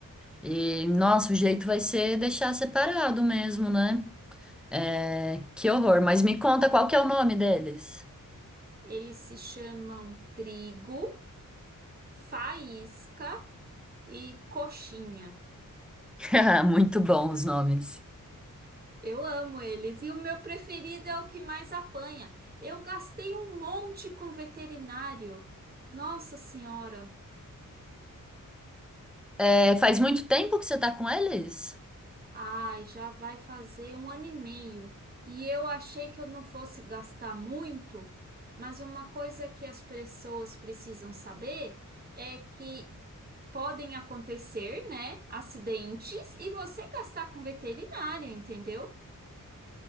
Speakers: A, in the centre; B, on the right (about 30°).
A: E, nossa, o jeito vai ser deixar separado mesmo, né? É, que horror, mas me conta qual que é o nome deles.
B: Eles se chamam trigo. faísca e coxinha.
A: <laughs> Muito bom os nomes.
B: Eu amo eles. E o meu preferido é o que mais apanha. Eu gastei um monte com veterinário. Nossa Senhora.
A: É, faz muito tempo que você tá com eles?
B: Ai, já vai fazer um ano e meio. E eu achei que eu não fosse gastar muito, mas uma coisa que as pessoas precisam saber é que podem acontecer, né, acidentes e você gastar com veterinário, entendeu?